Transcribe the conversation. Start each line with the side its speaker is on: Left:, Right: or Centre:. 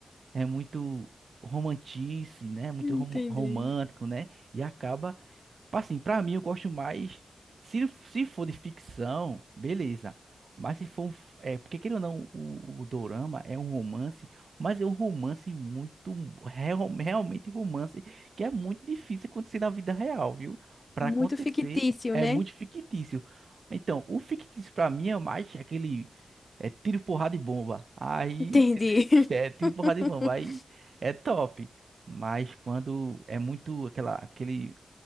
Right: É muito romantice, né? Muito
Left: Entendi.
Right: rom- romântico, né? E acaba Assim, pra mim eu gosto mais. Se, se for de ficção, beleza. Mas se for um. f- É, porque querendo ou não, o, o Dorama é um romance, mas é um romance muito. real- realmente romance, que é muito difícil acontecer na vida real, viu? Pra
Left: Muito
Right: acontecer,
Left: fictício,
Right: é
Left: né?
Right: muito fictício. Então, o fictício pra mim é mais aquele. É tiro, porrada e bomba. Aí,
Left: Entendi.
Right: entendeu? <laughs> É tiro,
Left: <laughs>
Right: porrada e bomba. Aí é top. Mas quando é muito aquela, aquele